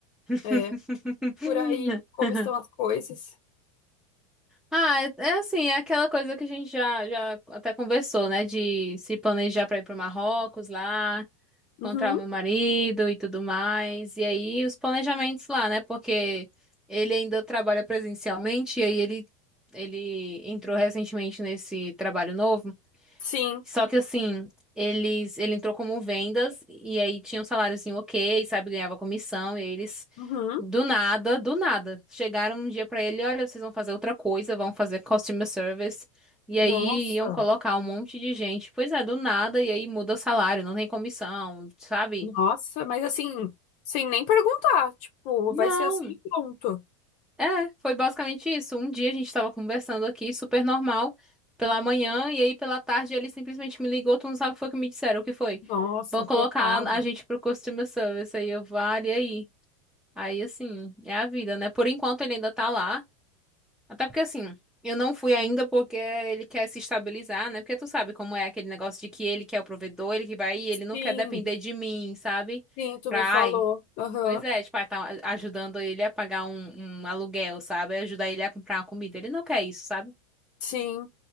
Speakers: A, in the centre; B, on the left.
A: <laughs>
B: é, por aí, como estão as coisas.
A: Ah, é é assim, é aquela coisa que a gente já, já até conversou, né? De se planejar pra ir pro Marrocos lá.
B: Uhum,
A: encontrar o meu marido e tudo mais. E aí os planejamentos lá, né? Porque ele ainda trabalha presencialmente e aí ele ele entrou recentemente nesse trabalho novo.
B: sim.
A: Só que assim, eles ele entrou como vendas e aí tinha um saláriozinho OK, sabe, ganhava comissão e aí eles
B: Uhum.
A: Do nada, do nada. Chegaram um dia pra ele, olha, vocês vão fazer outra coisa, vão fazer customer service. E
B: Nossa,
A: aí iam colocar um monte de gente. Pois é, do nada, e aí muda o salário, não tem comissão, sabe?
B: nossa, mas assim, sem nem perguntar, tipo,
A: Não,
B: vai ser assim e pronto.
A: é, foi basicamente isso. Um dia a gente tava conversando aqui, super normal, pela manhã, e aí pela tarde ele simplesmente me ligou, tu não sabe o que foi que me disseram, o que foi?
B: Nossa,
A: Vão colocar
B: coitado.
A: a gente pro customer service, aí eu, vale, e aí? Aí, assim, é a vida, né? Por enquanto ele ainda tá lá, até porque, assim, eu não fui ainda porque ele quer se estabilizar, né? Porque tu sabe como é aquele negócio de que ele que é o provedor, ele que vai ir, ele não
B: Sim,
A: quer depender de mim, sabe?
B: sim, tu
A: Pra,
B: me
A: ai,
B: falou. Aham,
A: Pois é, tipo, aí tá ajudando ele a pagar um, um aluguel, sabe? Ajudar ele a comprar uma comida. Ele não quer isso, sabe?
B: sim,